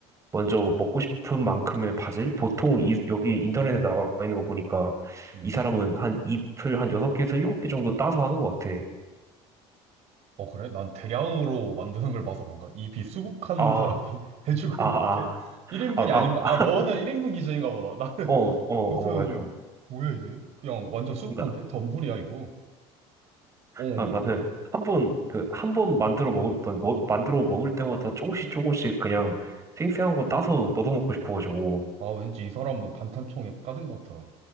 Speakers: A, on the right; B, on the right.
A: 먼저 먹고 싶은 만큼의 바질 보통 이, 여기 인터넷에 나와 있는 거 보니까
B: 응.
A: 이 사람은 한 잎을 한 6개에서 7개 정도 따서 하는 것 같아.
B: 어, 그래? 난 대량으로 만드는 걸 봐서 그런가? 이 비수북한
A: 아,
B: 사람이 <laughs> 해주고
A: 아,
B: 있는데?
A: 아,
B: 1인분이
A: 아, 아,
B: 아닌가?
A: 아,
B: 아, 너는 1인분 기준인가 보다. 나는
A: 어, 어,
B: <laughs>
A: 어,
B: 무슨,
A: 맞아.
B: 뭐야, 이게? 그냥 완전 수북한데?
A: 나,
B: 덤불이야, 이거. 오,
A: 아, 나는 한 번, 그, 한 번 만들어 먹을, 뭐, 뭐, 만들어 먹을 때마다 조금씩 조금씩 그냥 생생한 거 따서 넣어 먹고 싶어가지고,
B: 아, 왠지 이 사람은 반탄총에 가득 넣더라.